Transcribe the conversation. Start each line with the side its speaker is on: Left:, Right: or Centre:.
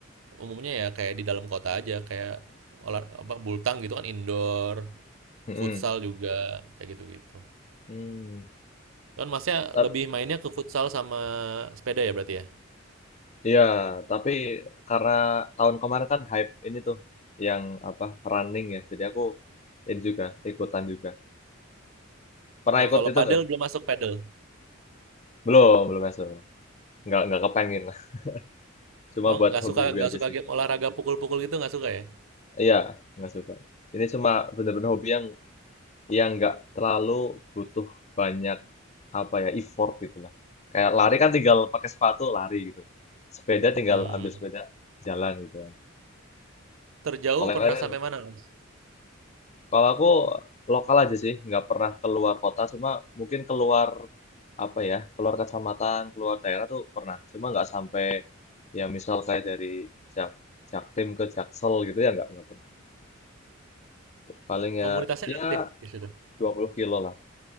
Right: umumnya ya kayak di dalam kota aja kayak olah apa bultang gitu kan indoor,
Left: hmm,
Right: futsal juga kayak gitu-gitu.
Left: hmm.
Right: Kan masnya
Left: Tap,
Right: lebih mainnya ke futsal sama sepeda ya berarti ya?
Left: ya, tapi karena tahun kemarin kan hype ini tuh yang apa running ya, jadi aku ini juga ikutan juga. Pernah
Right: Oh,
Left: ikut
Right: kalau
Left: itu
Right: padel
Left: nggak?
Right: belum masuk padel.
Left: Belum, belum masuk. Nggak nggak kepengen. <laughs> Cuma
Right: Oh,
Left: buat
Right: nggak
Left: hobi-hobi
Right: suka nggak
Left: aja
Right: suka
Left: sih.
Right: game olahraga pukul-pukul gitu nggak suka ya?
Left: Iya, nggak suka. Ini cuma bener-bener hobi yang yang nggak terlalu butuh banyak apa ya effort gitu lah. Kayak lari kan tinggal pakai sepatu lari gitu. Sepeda tinggal
Right: Hmm.
Left: ambil sepeda jalan gitu kan.
Right: Terjauh
Left: Kalau yang
Right: pernah
Left: lain, kan,
Right: sampai mana, Mas?
Left: kalau aku lokal aja sih, nggak pernah keluar kota, cuma mungkin keluar apa ya, keluar kecamatan, keluar daerah tuh pernah. Cuma nggak sampai ya misal kayak dari Jak Jaktim ke Jaksel gitu ya nggak nggak pernah. Paling
Right: Komunitasnya
Left: ya ya
Right: aktif di situ.
Left: 20 kilo lah.